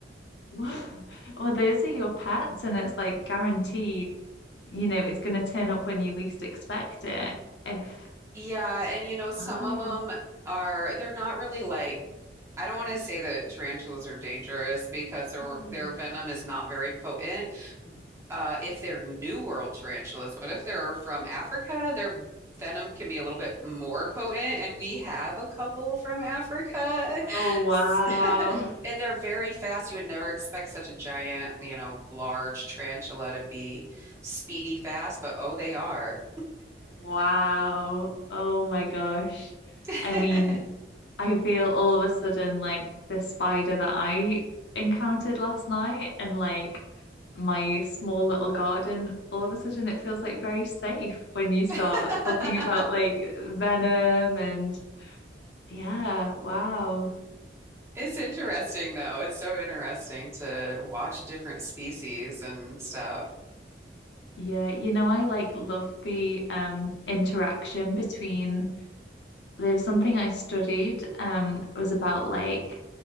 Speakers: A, on the left; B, on the right.
A: <laughs> Well, those are your pets, and it's like guaranteed, you know, it's going to turn up when you least expect it. If,
B: Yeah, and you know, some
A: wow.
B: of them are they're not really like I don't want to say that tarantulas are dangerous because their
A: Mm.
B: their venom is not very potent. Uh, if they're New World tarantulas, but if they're from Africa, their venom can be a little bit more potent, and we have a couple from Africa.
A: Oh, wow.
B: <laughs> And they're very fast. You would never expect such a giant, you know, large tarantula to be speedy fast, but oh, they are.
A: Wow. Oh, my gosh.
B: <laughs>
A: I mean, I feel all of a sudden like the spider that I encountered last night and like my small little garden, all of a sudden it feels like very safe when you start
B: <laughs>
A: talking about like venom and yeah, wow.
B: It's interesting though. It's so interesting to watch different species and stuff.
A: Yeah, you know, I like love the um interaction between there was something I studied um it was about like